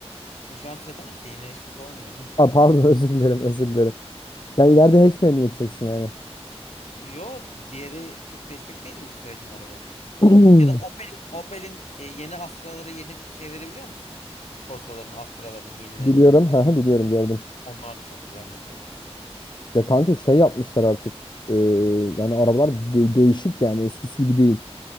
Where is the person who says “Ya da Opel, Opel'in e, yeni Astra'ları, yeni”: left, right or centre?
Left